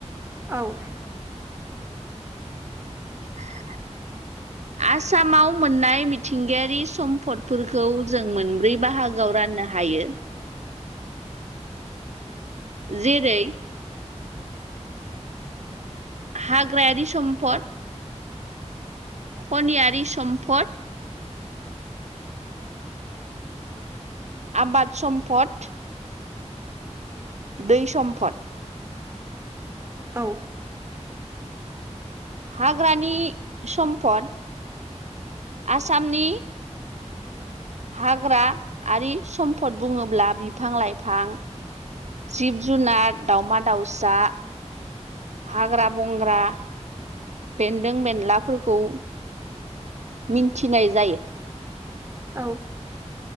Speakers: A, on the right (about 20°); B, on the right (about 70°).
A: औ
B: <inaudible> आसामाव मोननाय मिथिंगायारि सम्पदफोरखौ जों मोनब्रै बाहागोआव राननो हायो। जेरै हाग्रायारि सम्पद खनियारि सम्पद आबाद सम्फद दै सम्फद।
A: औ
B: हाग्रानि सम्पद आसामनि हाग्रा आरि सम्फद बुङोब्ला बिफां लाइफां जिब जुनार दावमा दाउसा हाग्रा बंग्रा बेन्दों बेनलाफोरखौ मिन्थिनाय जायो।
A: औ